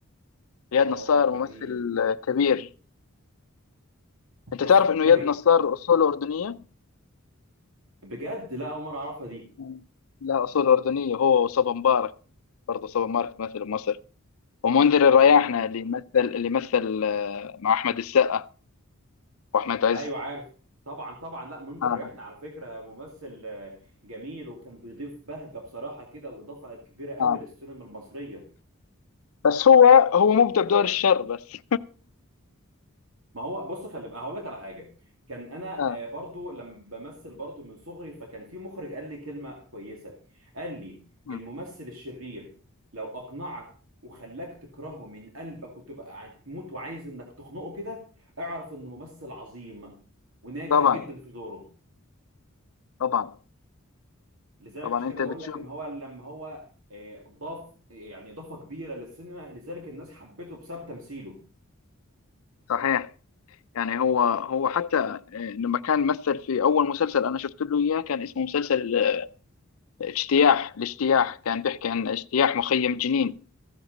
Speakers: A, on the left (about 75°); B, on the right (about 70°).
A: اياد
B: اه
A: نصار ممثل
B: جميل
A: كبير انت
B: نصر
A: تعرف انه
B: عبقري
A: اياد نصار اصوله اردنية
B: بجد لا أول مرة أعرفها دي
A: مم. لا أصول أردنية هو وصبا مبارك برضه صبا مبارك مثل مصر ومنذر الرياحنة
B: اه
A: اللي مثل اللي مثل آه، مع أحمد السقا وأحمد عز
B: أيوه عارف طبعا طبعا لا منذر
A: آه
B: ريحنا على فكرة ممثل آه، جميل وكان بيضيف بهجة بصراحة كده وإضافة كبيرة قوي
A: آه
B: للسينما المصرية
A: بس هو هو مبدع بدور الشر بس
B: ما هو بص خلي بقى هقول لك على حاجه كان انا
A: آه
B: آه، برضو لما بمثل برضو من صغري فكان في مخرج قال لي كلمه كويسه قال لي
A: مم.
B: الممثل الشرير لو اقنعك وخلاك تكرهه من قلبك وتبقى هتموت وعايز انك تخنقه كده اعرف انه ممثل عظيم وناجح
A: طبعا
B: جدا في دوره
A: طبعا
B: لذلك
A: طبعا
B: عشان كده
A: أنت
B: بقول
A: بتشوف
B: لك ان هو لما هو آه، ضاف يعني اضافه كبيره للسينما لذلك الناس حبته بسبب تمثيله
A: صحيح يعني هو هو حتى آه، لما كان مثل في أول مسلسل أنا شفت له إياه كان اسمه مسلسل آه، اجتياح الاجتياح كان بيحكي عن اجتياح مخيم جنين